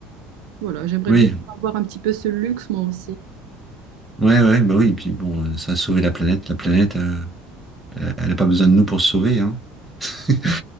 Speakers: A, on the right; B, in the centre.
A: Voilà, j'aimerais
B: Oui,
A: bien avoir un petit peu ce luxe moi aussi.
B: ouais, ouais, bah oui, et puis bon, euh, ça a sauvé la planète. La planète, euh, elle n'a pas besoin de nous pour se sauver, hein. <laughs>